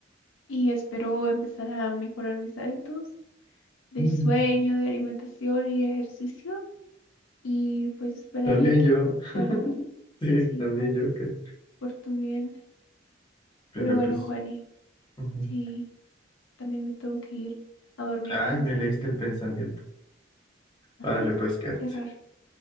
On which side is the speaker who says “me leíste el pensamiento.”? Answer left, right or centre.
Left